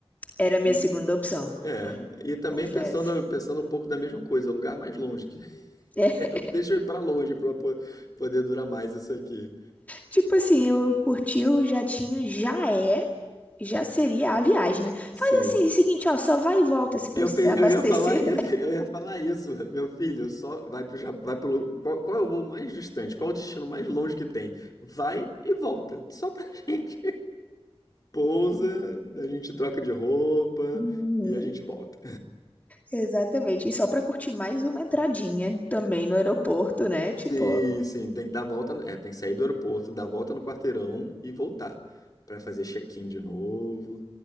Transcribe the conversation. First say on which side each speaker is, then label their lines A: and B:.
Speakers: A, on the left; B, on the left.
A: Era a minha
B: E,
A: segunda opção,
B: é, e também
A: confesso.
B: pensando, pensando um pouco da mesma coisa, lugar mais longe. que- <laughs>
A: É,
B: é, deixa eu ir pra longe pra po- poder durar mais isso aqui.
A: tipo assim, eu curti o jatinho, já é, já seria a viagem, né?
B: Sim.
A: Faz assim, o seguinte, ó, só vai e volta se precisar
B: Eu, pe-
A: abastecer.
B: eu ia falar isso, <laughs> eu ia falar isso, meu filho, só vai pro Japão, vai pro, qual, qual é o voo mais distante? Qual é o destino mais longe que tem? Vai e volta, só pra <laughs> gente pousa, a gente troca de roupa
A: <laughs>
B: e a gente
A: Uhum.
B: volta.
A: Exatamente. E só para curtir mais uma entradinha também no aeroporto, né?
B: Sim,
A: Tipo,
B: sim, tem que dar a volta, é, tem que sair do aeroporto, dar a volta no quarteirão e voltar Pra fazer check-in de novo,